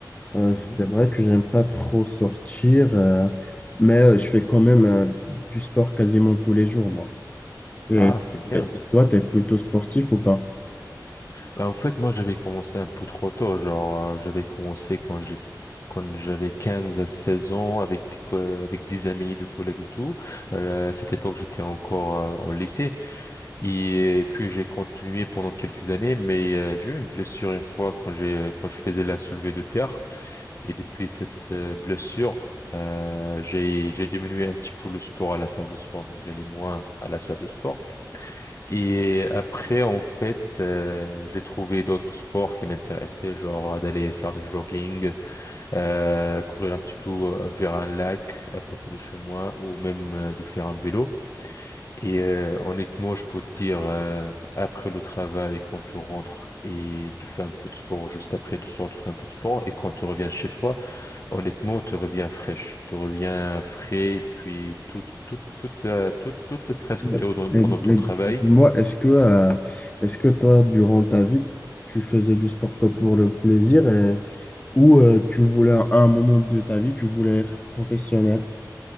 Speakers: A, on the left; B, on the left.
A: Euh,
B: Mhm.
A: c'est vrai que j'aime pas trop sortir, euh, mais euh, je fais quand même euh, du sport quasiment tous les jours, moi. Et,
B: Ah, c'est bien.
A: et toi, tu es plutôt sportif ou pas?
B: Bah, en fait, moi, j'avais commencé un peu trop tôt. Genre, euh, j'avais commencé quand j'ai, quand j'avais 15 à 16 ans avec des, co- avec des amis, des collègues et tout. Euh, à cette époque, j'étais encore euh, au lycée. Et, puis, j'ai continué pendant quelques années, mais euh, j'ai eu une blessure une fois quand j'ai, quand je faisais la soulevée de terre. Et depuis cette euh, blessure, euh, j'ai, j'ai diminué un petit peu le sport à la salle de sport. Donc, j'allais moins à la salle de sport. Et après, en fait, euh, j'ai trouvé d'autres sports qui m'intéressaient, genre d'aller faire du jogging, euh, courir un petit peu euh, vers un lac à côté de chez moi, ou même euh, de faire un vélo. Et euh, honnêtement, je peux te dire, euh, après le travail, quand tu rentres et tu fais un peu de sport, juste après de soir, tu fais un peu de sport, et quand tu reviens chez toi, honnêtement, tu reviens fraîche, tu reviens frais, et puis tout, tout, toute la, tout, tout le stress
A: Ouais.
B: que tu as eu dans- pendant
A: Et,
B: ton
A: et
B: travail.
A: moi, est-ce que, euh, est-ce que toi, durant ta vie, tu faisais du sport que pour le plaisir et- ou euh, tu voulais, à un moment de ta vie, tu voulais être professionnel?